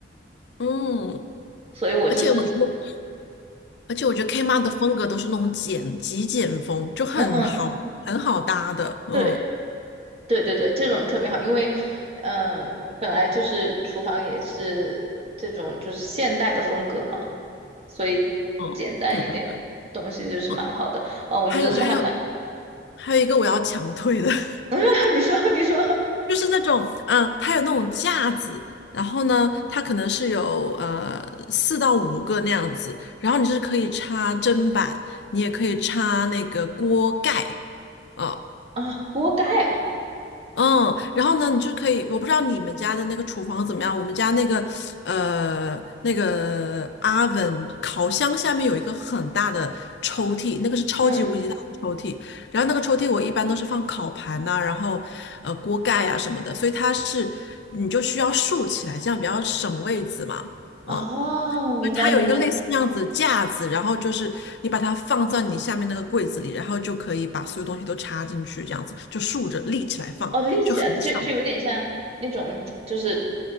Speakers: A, on the left; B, on the right.
A: 嗯，
B: 所以我就是，
A: 而且我觉得，而且我觉得 Kmart 的风格都是那种简极简风，就很好很好搭的。
B: 嗯，
A: 嗯
B: 对对对对，这种特别好，因为，嗯、本来就是厨房也是这种就是现代的风格嘛，所以简单一点东西就是蛮好的，
A: 嗯，对的对的。哦，
B: 哦，我觉得这还蛮有用。
A: 还有还有还有一个我要强推的，<laughs>
B: <laughs> 你说你说
A: 就是那种嗯，它有那种架子，然后呢，它可能是有呃四到五个那样子，然后你就是可以插砧板，你也可以插那个锅盖。呃
B: 啊，锅盖啊，
A: 嗯，然后呢，你就可以，我不知道你们家的那个厨房怎么样，我们家那个呃那个 oven 烤箱下面有一个很大的抽屉，那个是超级无敌大的抽屉，
B: 嗯，
A: 然后那个抽屉我一般都是放烤盘呐、然后呃锅盖啊什么的，所以它是你就需要竖起来，这样比较省位子嘛，
B: 哦，
A: 嗯。
B: 明白你的。
A: 就它有一个类似那样子的架子，
B: 意思。
A: 然后就是你把它放在你下面那个柜子里，然后就可以把所有东西都插进去，这样子就竖着立起来放，
B: 哦，立起来的，
A: 就很爽。
B: 就就有点像那种，就是